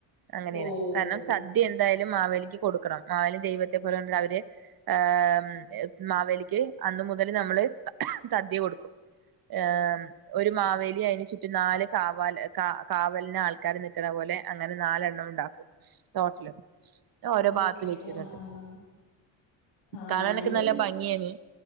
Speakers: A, on the right; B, on the left.
A: അങ്ങനേണ്.
B: ഓഹ്
A: കാരണം സദ്യ എന്തായാലും മാവേലിക്ക് കൊടുക്കണം മാവേലി ദൈവത്തെ പോലെ കൊണ്ടിട്ട് അവര് ഏഹ് മാവേലിക്ക് അന്ന് മുതൽ നമ്മള് സദ്യ കൊടുക്കും ഏഹ് ഒരു മാവേലി അയിന് ചുറ്റും നാല് കാവാല് കാ കാവലിന് ആൾക്കാര് നിക്ക്ണ പോലെ അങ്ങനെ നാലെണ്ണം ഉണ്ടാക്കും. ട്ടോട്ടല് ഓരോ
B: ഓക്കെ
A: ഭാഗത്ത് വെക്കു
B: ആഹ്
A: ന്നട്ട്.
B: ആഹ് ആഹ്
A: കാണാനൊക്കെ
B: ഇത്
A: നല്ല ഭംഗിയേനി